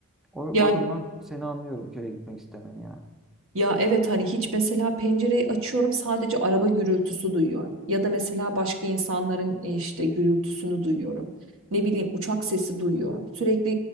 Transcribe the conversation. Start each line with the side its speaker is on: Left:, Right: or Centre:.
Centre: O
Right: Ya
Centre: bakımdan seni anlıyorum köye gitmek istemeni yani.
Right: Ya evet hani hiç mesela pencereyi açıyorum sadece araba gürültüsü duyuyorum. Ya da mesela başka insanların e, işte gürültüsünü duyuyorum. Ne bileyim uçak sesi duyuyorum. Sürekli